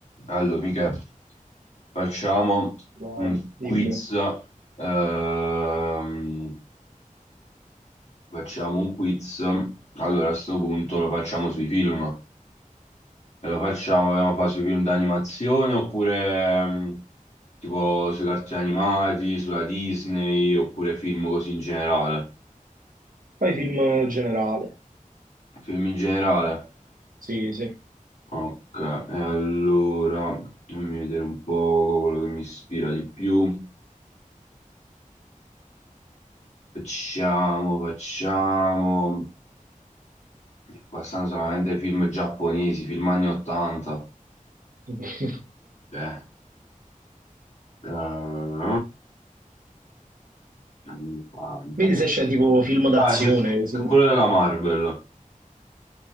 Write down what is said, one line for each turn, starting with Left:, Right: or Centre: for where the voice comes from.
Left: Allora, mica facciamo
Right: Vai,
Left: un
Right: dimmi.
Left: quiz. ehm, facciamo un quiz. Allora, a questo punto lo facciamo sui film. E Lo facciamo, vogliamo fare sui film d'animazione oppure ehm, tipo sui cartoni animati, sulla Disney, oppure film così in generale.
Right: Fai film generale.
Left: Film in generale.
Right: Sì, sì.
Left: Ok, e allora fammi vedere un po' quello che mi ispira di più. Facciamo, facciamo. Qua stanno solamente film giapponesi, film anni 80.
Right: <laughs>
Left: Cioè, eh, anni 80.
Right: Vedi se c'è tipo film d'azione.
Left: Ah, c'è c'è
Right: sì.
Left: quello della Marvel.